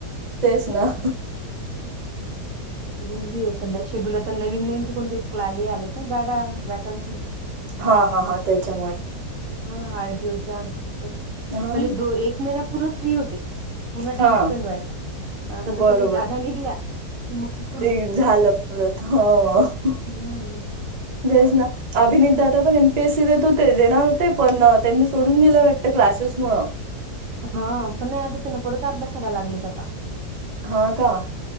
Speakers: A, on the right; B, on the right.
A: तेचं नां.
B: हम्म <unintelligible> <unintelligible> बिजि आहे संध्याशी तूलां तर नवीन नवीन ते कोणते कॅरि आलीतं नां जागां वॅकन्सी
A: हां हां हां त्यांच्या.
B: हां आरटीओच्यां
A: हा
B: पहिले दो एक महिना पूर्ण फ्री होते पूर्ण टाईम
A: हा
B: स्पेंड व्हांयचां पणं आतां जसं
A: बरोबर
B: त्यां जागां निघल्यां कि मगं
A: ते झालं परंत हं
B: हम्म
A: देचं नां अभिनीत दादा पणं एम पीएस सी देतं होते देणारं होते पणं हं त्यांनी सोडूंन दिलं वाटतं क्लासेस मुळं
B: हां पणं नाहीं आतां तिनं परंत अभ्यांसायलां लागलेतं आतां
A: हां कां